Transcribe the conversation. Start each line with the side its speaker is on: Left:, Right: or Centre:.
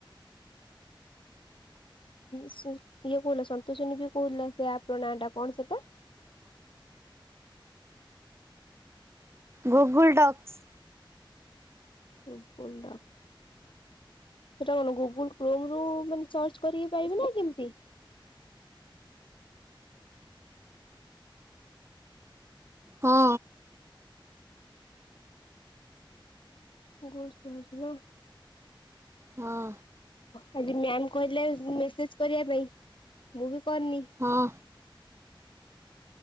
Left: ସି ଇଏ କହୁଥିଲା ସନ୍ତୋଷିନୀ ବି କହୁଥିଲା ସେ ଆପର ନାଁ ଟା କଣ ସେଟା?
Right: Google docs.
Left: Google doc. ସେଟା କଣ ଗୁଗୁଲ କ୍ରମରୁ ମାନେ ସର୍ଚ୍ଚ କରିକି ପାଇବେ ନା କେମିତି?
Right: ହଁ।
Left: ଗୁଡ। <unintelligible>
Right: ହଁ
Left: ମ୍ୟାମ କହିଥିଲେ ମେସେଜ କରିବା ପାଇଁ ମୁଁ ବି ପନି
Right: ହଁ